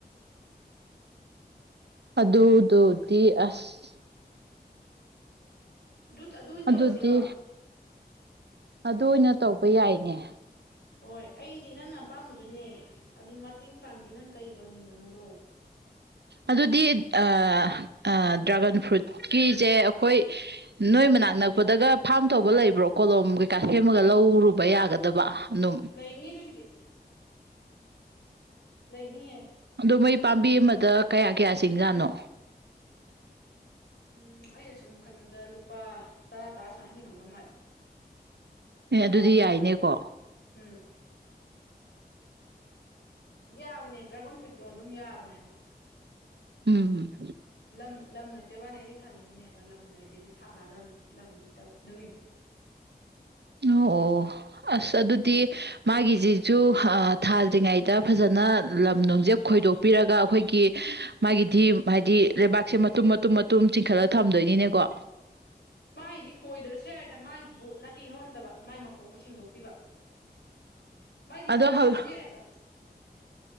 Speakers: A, on the right; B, on the left.
A: ꯑꯗꯨꯗꯨꯗꯤ ꯑꯁ
B: ꯑꯗꯨꯇ ꯑꯖꯨ ꯑꯣꯏꯅ
A: ꯑꯗꯨꯗꯤ
B: ꯇꯧꯔꯁꯤꯔꯣ
A: ꯑꯗꯨ ꯑꯣꯏꯅ ꯇꯧꯕ ꯌꯥꯏꯅꯦ
B: ꯍꯣꯏ ꯑꯩꯗꯤ ꯅꯪꯅ ꯑꯄꯥꯝꯕꯗꯨꯅꯦ ꯑꯗꯨꯝ ꯃꯇꯦꯡ ꯄꯥꯡꯒꯦ ꯅꯪ ꯀꯩ ꯇꯧꯅꯤꯡꯕꯅꯣꯗꯣ
A: ꯑꯗꯨꯗꯤ ꯑ ꯑ ꯗ꯭ꯔꯥꯒꯟ ꯐ꯭ꯔꯨꯠꯀꯤꯁꯦ ꯑꯩꯈꯣꯏ ꯅꯣꯏ ꯃꯅꯥꯛ ꯅꯛꯄꯗꯒ ꯐꯥꯔꯝ ꯇꯧꯕ ꯂꯩꯕ꯭ꯔꯣ ꯀꯣꯂꯣꯝ ꯀꯩꯀꯥ ꯁꯦꯝꯃꯒ ꯂꯧꯔꯨꯕ ꯌꯥꯒꯗꯕ ꯑꯗꯨꯝ
B: ꯂꯩꯅꯤꯌꯦ ꯑꯗꯨꯒꯤꯗꯤ ꯂꯩꯅꯤꯌꯦ
A: ꯑꯣ ꯃꯩ ꯄꯥꯝꯕꯤ ꯑꯃꯗ ꯀꯌꯥ ꯀꯌꯥ ꯆꯤꯡꯖꯥꯅꯣ
B: ꯝ ꯑꯩꯅ ꯁꯨꯝ ꯈꯟꯕꯗ ꯂꯨꯄꯥ ꯇꯔꯥ ꯇꯔꯥ ꯁꯨꯃꯥꯏꯅꯁꯨ ꯉꯝꯗꯧ ꯃꯉꯥꯏꯔꯦ
A: ꯑꯦ
B: ꯇꯔꯥ
A: ꯑꯗꯨꯗꯤ
B: ꯇꯔꯥ
A: ꯌꯥꯏꯅꯦꯀꯣ
B: ꯁꯥꯏꯌꯦ ꯎꯝ ꯌꯥꯕꯅꯦ ꯗ꯭ꯔꯥꯒꯣꯟ ꯐ꯭ꯔꯨꯏꯠꯇꯣ ꯑꯗꯨꯝ ꯌꯥꯕꯅꯦ ꯍꯥꯏꯕ
A: ꯎꯝ
B: ꯂꯝ ꯂꯝ ꯂꯩꯇꯦ ꯋꯥꯅ ꯑꯩꯗꯤ ꯊꯥꯅꯤꯡꯉꯤꯅꯦꯕ ꯂꯝ ꯂꯩꯗꯗꯤ ꯊꯥꯔꯗꯕꯅꯤ ꯂꯝ ꯂꯩꯇꯕ ꯑꯗꯨꯒꯤꯅꯤ
A: ꯅꯣ ꯑꯣ ꯑꯣ ꯑꯁ ꯑꯗꯨꯗꯤ ꯃꯥꯒꯤꯁꯤꯁꯨ ꯑ ꯊꯥꯗ꯭ꯔꯤꯉꯩꯗ ꯐꯖꯅ ꯂꯝ ꯅꯨꯡꯁꯦ ꯈꯣꯏꯗꯣꯛꯄꯤꯔꯒ ꯑꯩꯈꯣꯏꯒꯤ ꯃꯥꯒꯤꯗꯤ ꯍꯥꯏꯗꯤ ꯂꯩꯕꯥꯛꯁꯦ ꯃꯇꯨꯝ ꯃꯇꯨꯝ ꯃꯇꯨꯝ ꯇꯨꯝ ꯆꯤꯡꯈꯠꯂ ꯊꯝꯗꯣꯏꯅꯤꯅꯦꯀꯣ
B: ꯃꯥꯏꯗꯤ ꯈꯣꯏꯗ꯭ꯔꯁꯨ ꯌꯥ ꯍꯥꯏꯗ ꯃꯥꯒꯤꯕꯨ ꯅꯥꯄꯤ ꯍꯧꯍꯟꯗꯕ ꯃꯥꯏ ꯃꯈꯣꯡꯗ ꯁꯦꯡꯗꯣꯛꯄꯤꯕ ꯃꯥꯏꯗꯤ
A: ꯑꯗꯣ
B: ꯈꯣꯏꯗ꯭ꯔꯁꯨ
A: ꯍꯧ-
B: ꯌꯥꯏꯕ